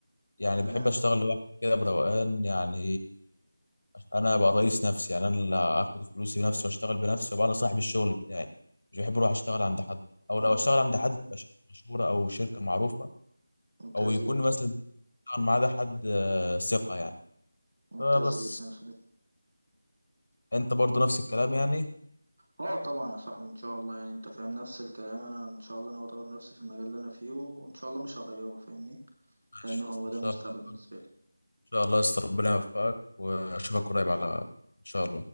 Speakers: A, on the left; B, on the right.
A: يعني
B: تمام
A: بحب أشتغل لوحدي كده بروقان يعني أنا أبقى رئيس نفسي يعني أنا اللي آخد فلوسي بنفسي وأشتغل بنفسي وأبقى أنا صاحب الشغل بتاعي مش بحب أروح
B: مم-
A: أشتغل عند حد أو لو
B: مم-
A: أشتغل عند حد تبقى شركة مشهورة أو شركة معروفة
B: ممتاز
A: او يكون
B: جدا
A: مثلا بيشتغل معاه ده حد آه، ثقه يعني
B: ممتاز
A: فبس
B: جدا يا صديقي
A: انت برضو نفس الكلام يعني
B: اه طبعا يا صاحبي ان شاء الله يعني انت فاهم نفس الكلام انا ان شاء الله انا اطور نفسي في المجال اللي انا فيه وان شاء الله مش هغيره فاهمني
A: ماشي
B: لانه هو
A: يا اسطى، ان
B: ده
A: شاء
B: المستقبل
A: الله
B: بالنسبة لي
A: ان شاء الله يا اسطى ربنا يوفقك واشوفك قريب على ان شاء